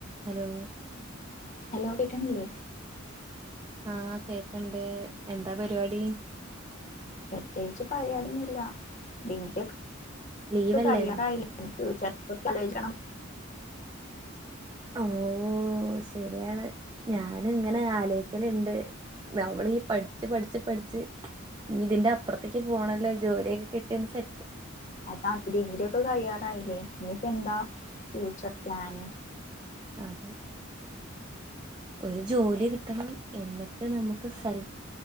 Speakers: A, on the right; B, on the left.
A: Hello
B: hello കേക്ക്ണില്ലേ
A: ആഹ് കേക്കണ്ട് എന്താ പരിപാടി
B: പ്രത്യേകിച്ച് പറയാനൊന്നുല്ല <unintelligible>
A: ലീവല്ലേ
B: കഴ്യാനായില്ലേ ചപ്പ തലഴിക്കണം
A: ഓ ശരിയാണ് ഞാന് ഇങ്ങനെ ആലോയിക്കല് ഇണ്ട് നമ്മൾ ഈപഠിച്ചു പഠിച്ച് പഠിച്ച് ഇനി ഇതിന്റെ അപ്പുറത്തേക്ക് പോണല്ലോ ജോലിയൊക്കെ കിട്ടിയൊന്ന് സെ
B: അതാ ഡിഗ്രി യൊക്കെ കയ്യാറായില്ലേ ഇനി പ്പഎന്താ ഫ്യൂച്ചർ പ്ലാന്
A: അതെ ഒരു ജോലി കിട്ടണം എന്നിട്ട് നമുക്ക് സെൽ